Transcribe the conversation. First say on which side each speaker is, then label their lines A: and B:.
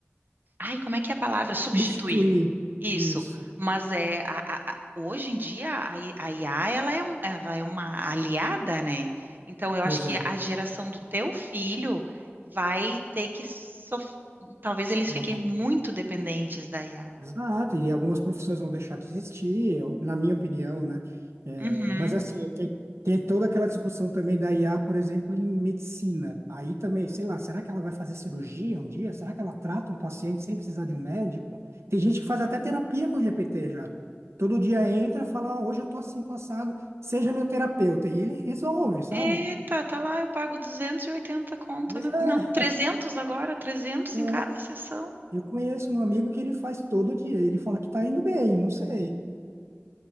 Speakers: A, on the right; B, on the right.
A: Ai, como é que é a palavra? Substituir.
B: Substituir
A: Isso.
B: isso.
A: Mas é a- a- a- hoje em dia a, I- a IA ela é, um- ela é uma aliada, né? Então eu
B: Pois
A: acho que
B: é.
A: a geração do teu filho vai ter que sof- talvez eles
B: vai.
A: fiquem muito dependentes da IA.
B: Exato. E algumas profissões vão deixar de existir, eu- na minha opinião, né? É,
A: Uhum.
B: mas assim, tem, tem toda aquela discussão também da IA, por exemplo, em medicina. Aí também, sei lá, será que ela vai fazer cirurgia um dia? Será que ela trata um paciente sem precisar de um médico? Tem gente que faz até terapia com o GPT já. Todo dia entra, fala, "Ah, hoje eu tô assim, tô assado seja meu terapeuta. E ele resolve, sabe?
A: Eita, tá lá, eu pago 280 conto,
B: Mas
A: né?
B: é.
A: Não, 300 agora, trezentos
B: é.
A: em cada sessão.
B: Eu conheço um amigo que ele faz todo dia. Ele fala que tá indo bem, não sei.